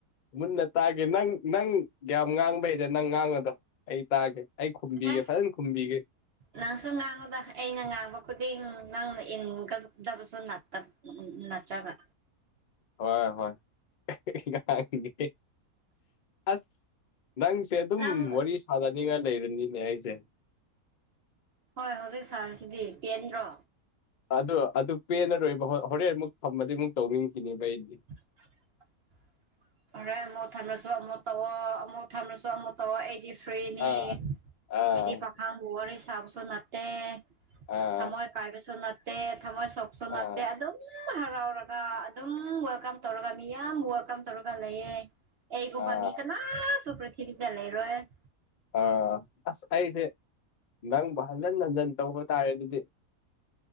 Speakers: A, on the left; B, on the right.
A: ꯃꯨꯟꯅ ꯇꯥꯒꯦ ꯅꯪ ꯅꯪ ꯌꯥꯝ ꯉꯥꯡꯕꯩꯔ ꯅꯪ ꯉꯥꯡꯉꯗꯣ ꯑꯩ ꯇꯥꯒꯦ ꯑꯩ ꯈꯨꯝꯕꯤꯒꯦ
B: ꯑꯦ
A: ꯐꯖꯅ ꯈꯨꯝꯕꯤꯒꯦ
B: ꯅꯪꯁꯨ ꯉꯥꯡꯉꯨꯗ ꯑꯩꯅ ꯉꯥꯡꯕ ꯈꯨꯗꯤꯡ ꯅꯪꯅ ꯏꯟꯒꯗꯕꯁꯨ ꯅꯥꯛꯇꯕ ꯎꯝ ꯅꯠꯇ꯭ꯔꯒ
A: ꯍꯣꯏ ꯍꯣꯏ ꯏꯤ ꯀꯔꯥꯛꯇꯨꯏꯅꯦꯍꯦ ꯑꯁ ꯅꯪꯁꯦ ꯑꯗꯨꯝ
B: ꯅꯪ
A: ꯋꯥꯔꯤ ꯁꯥꯅꯅꯤꯡꯉꯥꯏ ꯂꯩꯔꯅꯤꯅꯦ ꯑꯩꯁꯦ
B: ꯍꯣꯏ ꯍꯧꯖꯤꯛ ꯁꯥꯔꯁꯤꯗꯤ ꯄꯦꯟꯗ꯭ꯔꯣ
A: ꯑꯗꯨ ꯑꯗꯨ ꯄꯦꯟꯅꯔꯣꯏꯕ ꯍꯣꯔꯦꯟ ꯑꯃꯨꯛ ꯊꯝꯃꯗꯤ ꯑꯃꯨꯛ ꯇꯧꯅꯤꯡꯈꯤꯅꯦꯕ ꯑꯩꯗꯤ
B: <inaudible> ꯍꯣꯔꯦ ꯑꯃꯨꯛ ꯊꯝꯃꯁꯨ ꯑꯃꯨꯛ ꯇꯧꯑꯣ ꯑꯃꯨꯛ ꯊꯝꯃꯁꯨ ꯑꯃꯨꯛ ꯇꯧꯛꯑꯣ ꯑꯩ ꯗꯤ ꯐ꯭ꯔꯔꯤꯅꯤ
A: ꯑꯥ ꯑꯥ
B: ꯍꯥꯏꯗꯤ ꯄ ꯅꯪꯕꯨ ꯋꯥꯔꯤ ꯁꯥꯕꯁꯨ ꯅꯠꯇꯦ
A: ꯑꯥ
B: ꯊꯝꯃꯣꯏ ꯀꯥꯏꯕꯁꯨ ꯅꯠꯇꯦ ꯊꯝꯃꯣꯏ ꯁꯣꯛ ꯁꯣ
A: ꯑꯥ
B: ꯅꯥꯠꯇꯦ ꯑꯗꯨꯝ ꯍꯔꯥꯎꯔꯒ ꯑꯗꯨꯝ ꯋꯦꯜꯀꯝ ꯇꯧꯔꯒ ꯃꯤ ꯌꯥꯝ ꯋꯦꯜꯀꯝ ꯇꯧꯔ ꯂꯩꯌꯦ ꯑꯩꯒꯨꯝꯕ
A: ꯑꯥ
B: ꯃꯤ ꯀꯅꯥꯁꯨ ꯄ꯭ꯔꯤꯊꯤꯕꯤꯗ ꯂꯩꯔꯣꯏ
A: ꯑꯥ ꯑꯁ ꯑꯩꯁꯦ ꯅꯪꯕꯨ ꯍꯟꯖꯤꯟ ꯍꯟꯖꯤꯟ ꯇꯧꯕ ꯇꯥꯔꯦ ꯑꯗꯨꯗꯤ